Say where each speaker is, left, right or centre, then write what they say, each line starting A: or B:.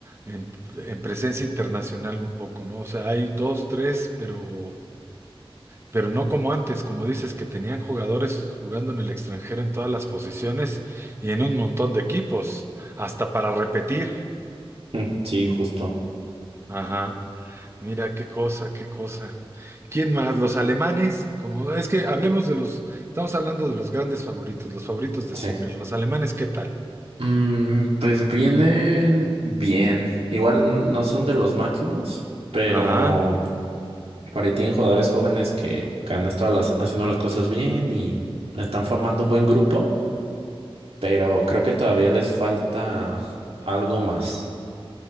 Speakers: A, on the right; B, on the right.
A: en, en presencia internacional un poco, ¿no? O sea, hay dos, tres, pero, pero no como antes, como dices, que tenían jugadores jugando en el extranjero en todas las posiciones y en un montón de equipos, hasta para repetir.
B: Mm, Sí, justo.
A: Ajá, mira qué cosa, qué cosa. ¿Quién más? Los alemanes, como es que hablemos de los, estamos hablando de los grandes favoritos, los favoritos de
B: Sí.
A: siempre. Los alemanes, ¿qué tal?
B: Mm, pues vienen bien. Igual no son de los máximos, pero
A: Ajá,
B: Por ahí tienen jugadores jóvenes que, que han estado las- haciendo las cosas bien y están formando un buen grupo, pero creo que todavía les falta algo más.